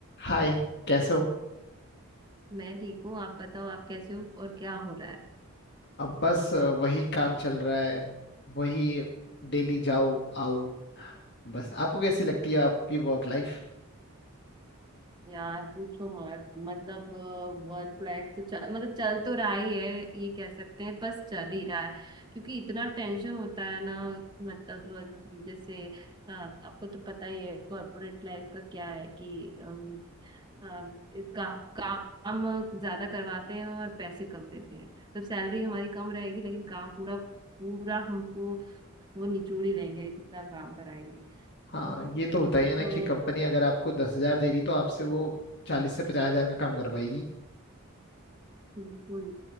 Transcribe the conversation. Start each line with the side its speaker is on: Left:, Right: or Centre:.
Left: हाय कैसे हो
Right: मैं ठीक हूँ आप बताओ आप कैसे हो और क्या हो रहा है
Left: अब बस अ, वही काम चल रहा है वही डेली जाओ आओ बस आपको कैसी लगती है आपकी वर्क लाइफ
Right: यार पूछो मत मतलब वर्क लाइफ तो चल मतलब चल तो रहा ही है ये कह सकते हैं बस चल ही रहा है क्योंकि इतना टेंशन होता है ना मतलब जैसे अ, आपको तो पता ही है कॉर्पोरेट लाइफ का क्या है कि अम, अम, का, काम ज्यादा करवाते हैं और पैसे कम देते हैं मतलब सैलरी हमारी कम रहेगी लेकिन काम पूरा पूरा हमको वो निचोड़ ही लेंगे इतना काम कराएंगे
Left: हाँ ये तो होता ही है ना
Right: तो
Left: कि कंपनी अगर आपको दस हजार दे रही तो आपसे वो चालीस से पचास हजार का काम करवाएगी
Right: बिल्कुल